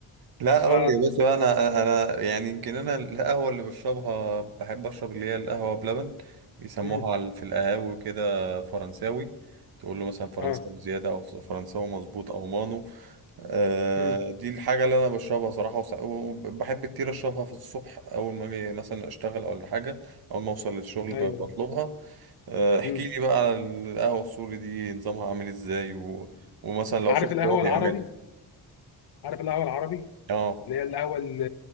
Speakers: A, on the right; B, on the left.
A: لا
B: ف
A: قول لي يا باشا بقى، انا انا يعني يمكن انا القهوه اللي بشربها بحب اشرب اللي هي القهوه بلبن بيسموها
B: مم.
A: على- في القهاوي كده فرنساوي تقول له مثلا فرنساوي
B: اه
A: زياده او فرنساوي مظبوط او مانو آه،
B: مم.
A: دي الحاجه اللي انا بشربها صراحه وس- وبحب كتير اشربها في الصبح اول ما اجي مثلا اشتغل او حاجه اول ما اوصل للشغل
B: ايوه
A: ب- بطلبها
B: لا.
A: آه، احكي
B: مم.
A: لي بقى على القهوه السوري دي نظامها عامل ازاي و... ومثلا لو
B: عارف
A: شفت
B: القهوه
A: هو بيعملها
B: العربي عارف القهوه العربي
A: اه
B: اللي هي القهوه ال-